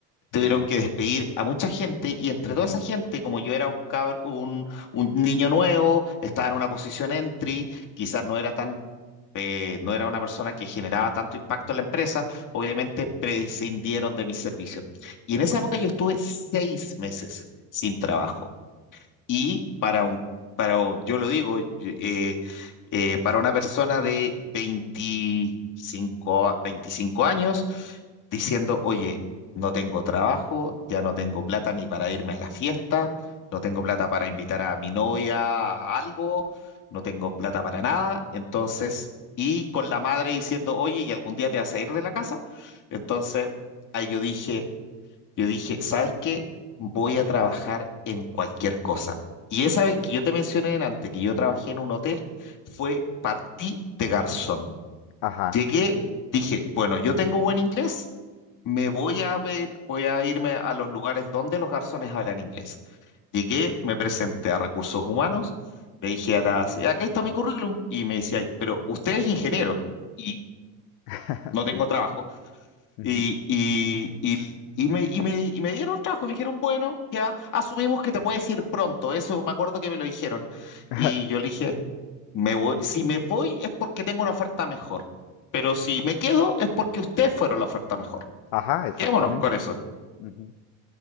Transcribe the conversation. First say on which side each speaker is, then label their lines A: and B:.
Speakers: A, on the left; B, on the left.
A: tuvieron
B: No.
A: que despedir a mucha gente y entre
B: Ujú.
A: toda esa gente, como yo era un, cabr- un, un niño nuevo, estaba en una posición entry, quizás no era tan, eh, no era una persona que generaba tanto impacto en la empresa, obviamente prescindieron de mis servicios Y en esa época yo estuve seis meses sin trabajo. Y para un, para, yo lo digo, eh, eh, para una persona de veinticinco a- 25 años, diciendo, oye, no tengo trabajo, ya no tengo plata ni para irme a la fiesta, no tengo plata para invitar a mi novia a algo, no tengo plata para nada, entonces, y con la madre diciendo, oye, ¿y algún día te vas a ir de la casa? Entonces, ahí yo dije... Yo dije, ¿sabes qué? Voy a trabajar en cualquier cosa. Y esa vez que yo te mencioné antes que yo trabajé en un hotel, fue partí de garzón.
B: Ajá.
A: Llegué, dije, bueno, yo tengo buen inglés, me voy a ver, voy a irme a los lugares donde los garzones hablan inglés. Llegué, me presenté a recursos humanos, le dije a las, acá está mi currículum, y me decía, pero usted es ingeniero y
B: <laughs>
A: no tengo
B: Sí.
A: trabajo.
B: Ujú.
A: Y, y, y, y me, y, me, y me dieron el trabajo, me dijeron, bueno, ya asumimos que te puedes ir pronto, eso me acuerdo que me lo dijeron.
B: <laughs>
A: Y yo le dije, me voy, si me voy es porque tengo una oferta mejor, pero si me quedo es porque ustedes fueron la oferta mejor.
B: Ajá, exactamente.
A: Quedémonos con eso.
B: Ujú.